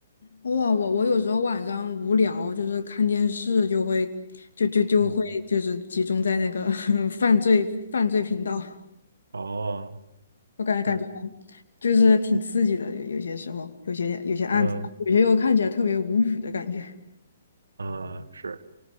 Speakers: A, on the left; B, on the right.
A: 哇，我我有时候晚上无聊，就是看电视就会，就就就会就是集中在那个
B: 嗯，
A: <laughs> 犯罪犯罪频道，
B: 哦，
A: 我感觉感觉
B: 是，
A: 就是挺刺激的，有有些时候，有些有些案子，
B: 嗯
A: 有些又看起来特别无语的感觉。
B: 呃，是，